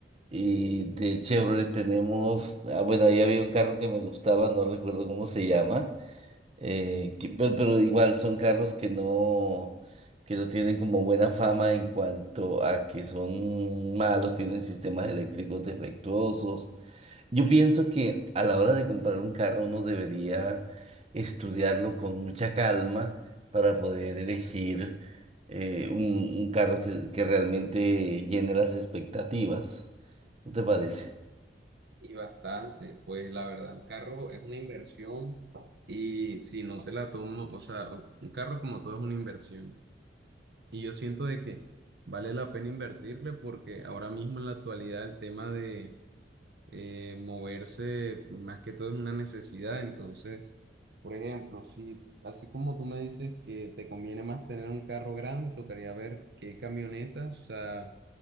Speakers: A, on the right; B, on the right.
A: Y de Chevrolet tenemos, ah, bueno, ahí había un carro que me gustaba, no recuerdo cómo se llama eh, que- pero, pero igual son carros que no, que no tienen como buena fama en cuanto a que son malos, tienen sistemas eléctricos defectuosos. Yo pienso que a la hora de comprar un carro uno debería estudiarlo con mucha calma para poder elegir eh, un, un carro que, que realmente llene las expectativas. ¿No te parece?
B: Y bastante, pues la verdad, un carro es una inversión y si no te la tomo, o sea, u- un carro como todo es una inversión. Y yo siento de que vale la pena invertirle porque ahora mismo en la actualidad el tema de eh, moverse más que todo es una necesidad. Entonces, por ejemplo, si así como tú me dices que te conviene más tener un carro grande, tocaría ver qué camionetas, o sea